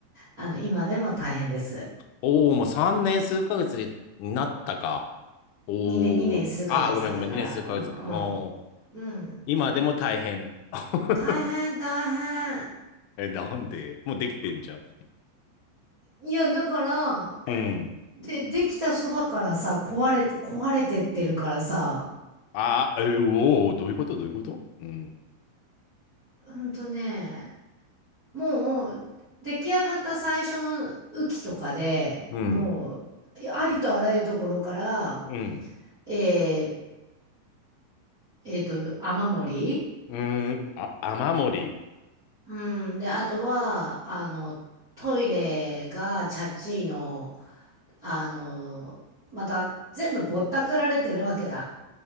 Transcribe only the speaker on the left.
おお、もう3年数ヶ月になったか。おお。
ああ、ごめんごめん、2年数ヶ月。
おお。
今でも大変。<laughs>
え、なんでもうできてんじゃん。
うん。
ああ、え、おお、どういうことどういうことうん。
うん。うん。
うーん。あ、雨漏り。